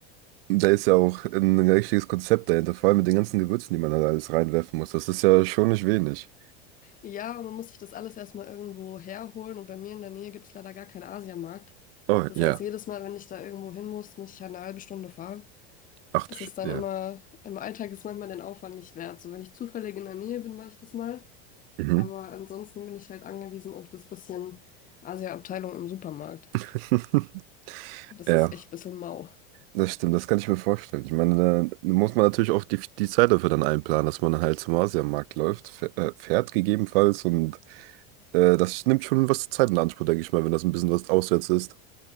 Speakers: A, on the right (about 65°); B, on the left (about 25°).
A: Da ist ja auch ein ein richtiges Konzept dahinter, vor allem mit den ganzen Gewürzen, die man da alles reinwerfen muss. Das ist ja schon nicht wenig.
B: Ja, und man muss sich das alles erstmal irgendwo herholen und bei mir in der Nähe gibt es leider gar keinen Asiamarkt.
A: Oh,
B: Das
A: ja.
B: heißt, jedes Mal, wenn ich da irgendwo hin muss, muss ich halt eine halbe Stunde fahren.
A: Ach
B: Das
A: du Sch
B: ist dann
A: ja.
B: immer, im Alltag ist manchmal den Aufwand nicht wert. So, wenn ich zufällig in der Nähe bin, mache ich das mal.
A: Mhm.
B: Aber ansonsten bin ich halt angewiesen auf das bisschen Asia-Abteilung im Supermarkt.
A: <laughs>
B: Das
A: Ja,
B: ist echt ein bisschen mau,
A: das stimmt, das kann ich mir vorstellen. Ich meine, da muss man natürlich auch die, die Zeit dafür dann einplanen, dass man halt zum Asiamarkt läuft, fäh- äh, fährt gegebenenfalls und äh, das nimmt schon was Zeit in Anspruch, denke ich mal, wenn das ein bisschen was auswärts ist.